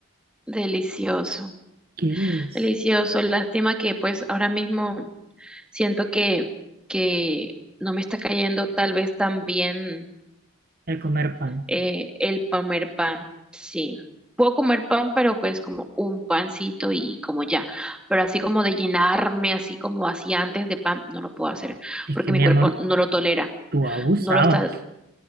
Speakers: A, in the centre; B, on the right.
A: delicioso,
B: ¿Quieres
A: delicioso. Lástima que pues ahora mismo siento que, que no me está cayendo tal vez tan bien
B: el comer pan?
A: Eh, el comer pan, sí. Puedo comer pan, pero pues como un pancito y como ya. Pero así como de llenarme, así como hacía antes de pan, no lo puedo hacer,
B: Es
A: porque
B: que mi
A: mi cuerpo
B: amor,
A: no lo tolera,
B: tú abusabas.
A: no lo está.